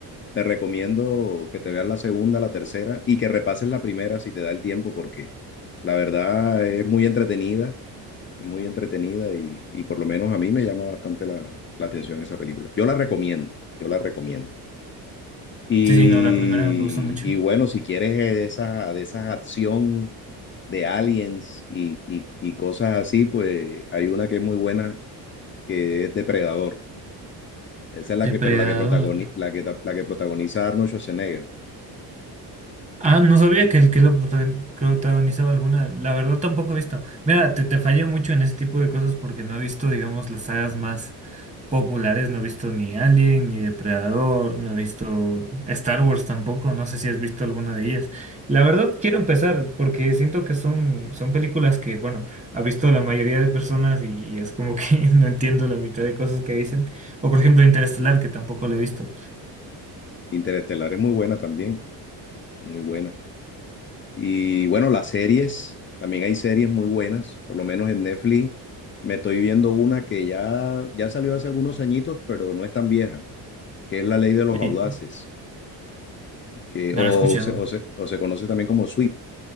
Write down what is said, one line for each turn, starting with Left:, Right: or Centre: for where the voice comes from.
Left: te recomiendo que te veas la segunda, la tercera y que repases la primera si te da el tiempo, porque la verdad es muy entretenida, es muy entretenida y, y por lo menos a mí me llama bastante la, la atención esa película. Yo la recomiendo, yo la recomiendo. Y,
Right: Sí, sí, no, la primera me gustó mucho.
Left: y bueno, si quieres eh, de esa, de esa acción. de aliens y, y, y cosas así, pues hay una que es muy buena, que es Depredador. Esa es la
Right: Depredador.
Left: que, pero la que protagoniza, la que, ta- la que protagoniza Arnold Schwarzenegger.
Right: Ah, no sabía que el que lo protagon- protagonizaba alguna. La verdad tampoco he visto. Mira, te, te fallé mucho en ese tipo de cosas porque no he visto, digamos, las sagas más. populares, no he visto ni Alien, ni Depredador, no he visto Star Wars tampoco, no sé si has visto alguna de ellas. La verdad, quiero empezar porque siento que son, son películas que, bueno, ha visto la mayoría de personas y, y es como que <laughs> no entiendo la mitad de cosas que dicen. O por ejemplo, Interestelar, que tampoco lo he visto
Left: Interestelar es muy buena también, muy buena. Y bueno, las series, también hay series muy buenas, por lo menos en Netflix me estoy viendo una que ya, ya salió hace algunos añitos, pero no es tan vieja, que es la ley de los
Right: y
Left: audaces, que,
Right: no
Left: o,
Right: lo he escuchado.
Left: se, o se, o se conoce también como sweep